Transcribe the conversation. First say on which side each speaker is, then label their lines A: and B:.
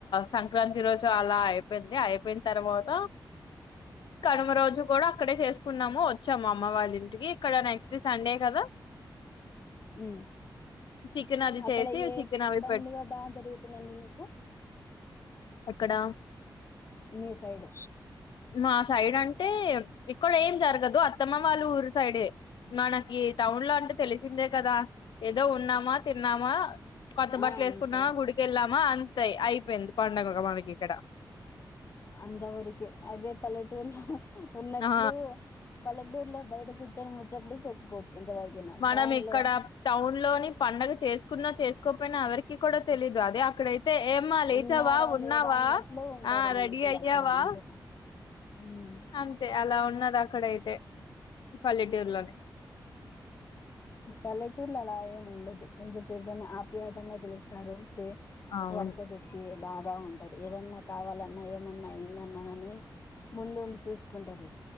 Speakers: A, on the left (about 70°); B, on the left (about 30°).
A: సంక్రాంతి రోజు అలా అయిపోయింది అయిపోయిన తర్వాత కనుమ రోజు కూడా అక్కడే చేసుకున్నాము వచ్చాము అమ్మ వాళ్ళ ఇంటికి ఇక్కడ నెక్స్ట్ సండే కదా
B: ఉ
A: చికెన్ అది
B: అక్కడ
A: చేసి
B: ఏ
A: చికెన్ అవి
B: పండుగ బాగా జరుగు తుందండి మీకు
A: ఎక్కడ
B: మీ సైడ్
A: మా సైడ్ అం టే ఇక్కడ ఏం జరగదు అత్తమ్మ వాళ్ళ ఊరు సైడె మనకి టౌన్ లో అంటే తెలిసిందే కదా ఏదో ఉన్నామా తిన్నామా కొత్త
B: ఆ
A: బట్టలు
B: అంత
A: వేసుకున్నామా గుడికి వెళ్ళామా అన్ తే ఐ పోఇంది పండాగ మనకి ఇక్కడ
B: అంతావరకే అదే పల్లెటూర్లో ఉన్నట్లు
A: ఆ
B: పల్లక్టూరులో బయట కూర్చొని ముచ్చట్లు పెట్టుకోవచ్చు ఎంతవరకైనా
A: మనం
B: టౌన్
A: ఇక్కడ
B: లో
A: టౌన్ లోని పండగ చేసుకున్నా చేసుకు కపోయినా ఎవరికి కూడా తెలీదు అదే అక్కడైతే అయితే ఏమ్మా లేచావా
B: ఉన్నారా
A: ఉన్నావా
B: లేరా అన్నట్లు ఉంటారు
A: ఆ
B: మనుషులు
A: రెడీ అయ్యావా
B: అక్కడ ఉండిన ఉమ్.
A: అంతే అలా ఉన్నద్ ఆక్కడ అయితే పల్లెటూర్లోనే
B: పల్లటూర్ల అలా ఆయయం ఉండదు ఎంతసేపుని ఆప్యాయతంగా పిలుస్తంది సారు
A: అవును
B: వర్సబట్టి బాగా ఉంటారు ఏదన్నా కావాలన్నా ఏమన్నా ఏందన్నా కాని ముందుండి చూసుకుంటారు